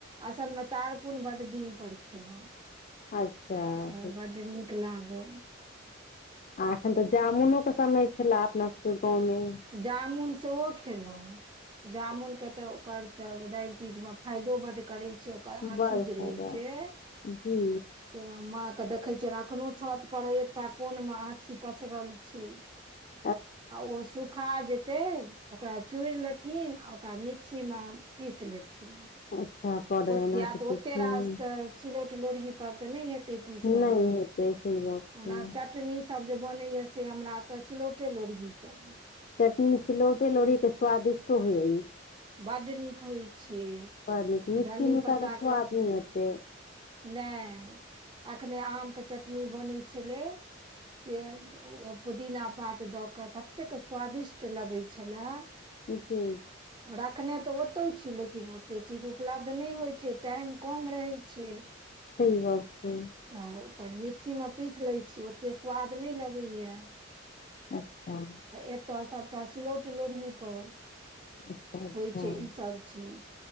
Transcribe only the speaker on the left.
अच्छा
आ एखन तऽ जामुनो के समय छले अपना सभके गाव मे
बड़ फायदा
जी
<inaudible>
अच्छा पाउडर
बना कऽ पीथिन
नहि हेतै सही गप
छै
चटनी सिलौटे लौरी के स्वादिष्टो होइ अछि।
बड़ नीक मिक्सी
नुका
के स्वाद ने होते
जी
सहि गप छै
अच्छा
अच्छा अच्छा